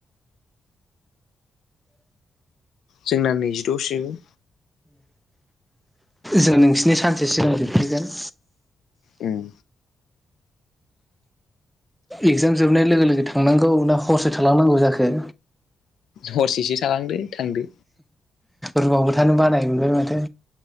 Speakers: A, on the left; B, in the centre.
A: जोंना नैजिद' आवसो जोबो
B: जों नोंसिनि सानसे सिगां जोबगोरगोन
A: उम
B: इगजाम जोबनाय लोगो लोगो थांनांगौ ना हरसो थालांनांगौ जाखो
A: हरसेसो थालांदो थांदो
B: रुमावबो थानो बानाय मोनबाय माथो